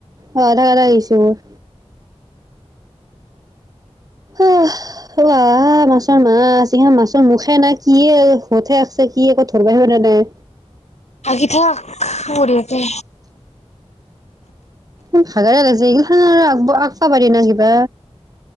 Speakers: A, on the right; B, on the left.
A: অ আধা কাৰ্ডৰ ইচু আহিছে মোৰ আহ আহ মাছৰ মাছ ইহ মাছৰ মুখে নাই কি হতে আছে কি একো ধৰিব পৰা নাই।
B: আকিঁ থাক মোৰ ইয়াৰতে।
A: উম হাগাই লাগিছে ইমান আৰু আক আকিব পাৰি না কিবা।